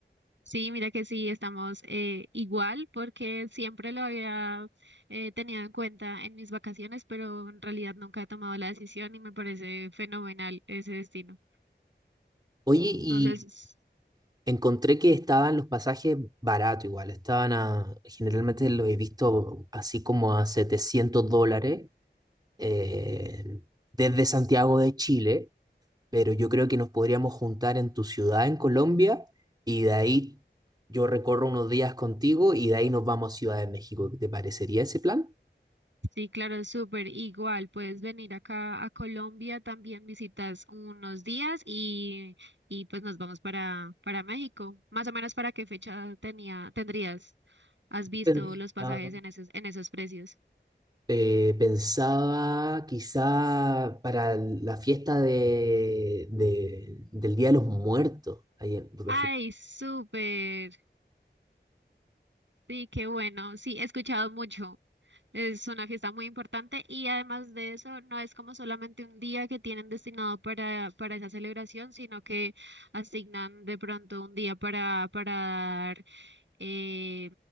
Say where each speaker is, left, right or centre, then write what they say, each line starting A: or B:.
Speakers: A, on the right (about 80°); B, on the right (about 20°).
A: Sí, mira que sí, estamos eh, igual porque siempre lo había eh, tenido en cuenta en mis vacaciones, pero en realidad nunca he tomado la decisión y me parece fenomenal ese destino.
B: Oye, y
A: No sé, s-
B: encontré que estaban los pasajes baratos igual, estaban a, generalmente los he visto así como a 700 dólares. eh, desde Santiago de Chile, pero yo creo que nos podríamos juntar en tu ciudad, en Colombia, y de ahí yo recorro unos días contigo y de ahí nos vamos a Ciudad de México. ¿Te parecería ese plan?
A: sí, claro, es súper igual. Puedes venir acá a Colombia, también visitas unos días y, y pues nos vamos para, para México. Más o menos para qué fecha tenía, tendrías, has visto
B: Pensaba,
A: los pasajes en esos, en esos precios.
B: eh, pensaba quizá para la fiesta de, de- del Día de los Muertos, ahí en, la
A: Ay,
B: fiesta
A: súper. Sí, qué bueno. Sí, he escuchado mucho. Es una fiesta muy importante y además de eso, no es como solamente un día que tienen destinado para, para esa celebración, sino que asignan de pronto un día para, para dar, eh,